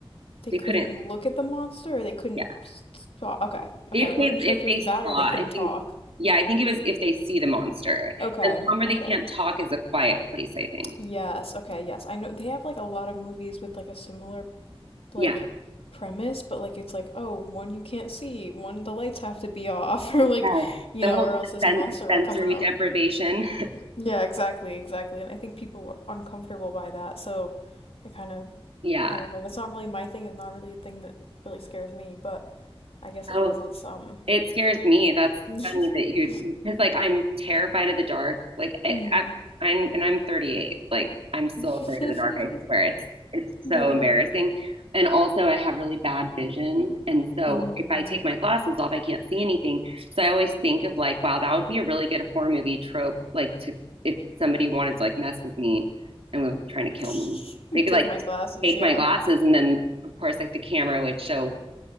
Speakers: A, on the left; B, on the right.
A: they
B: They
A: couldn't
B: couldn't,
A: look at the monster or they couldn't
B: yeah.
A: s- s- talk? Okay. Okay.
B: If
A: I wasn't
B: they,
A: sure
B: if
A: if it
B: they
A: was
B: saw,
A: that or they
B: I
A: couldn't talk.
B: think, yeah, I think it was if they see the monster.
A: Okay.
B: And the one where they
A: Okay.
B: can't talk is a quiet place, I think.
A: Yes. Okay. Yes. I know they have like a lot of movies with like a similar like
B: Yeah.
A: premise, but like it's like, oh, one you can't see, one the lights have to be off <laughs> or
B: Yes.
A: like, you
B: The
A: know,
B: whole
A: or else this
B: sen-
A: monster
B: sensory
A: will come out.
B: deprivation.
A: Yeah, exactly, exactly. And I think people were uncomfortable by that, so I kind of
B: Yeah.
A: I don't know. That's not really my thing. It's not really a thing that really scares me, but I guess it
B: Oh,
A: has its um.
B: it scares me. That's
A: <laughs>
B: funny that you, because like I'm terrified of the dark. Like I,
A: hmm
B: I- I'm, and I'm 38. Like I'm still
A: <laughs>
B: afraid of the dark. I swear it's it's
A: yeah.
B: so embarrassing. And also, I have really bad vision, and so
A: Mm.
B: if I take my glasses off, I can't see anything. So I always think of like, wow, that would be a really good horror movie trope. Like to if somebody wanted to like mess with me and was trying to kill
A: <laughs>
B: me, they could
A: Take
B: like
A: my glasses.
B: take
A: Yeah.
B: my glasses, and then of course like the camera would show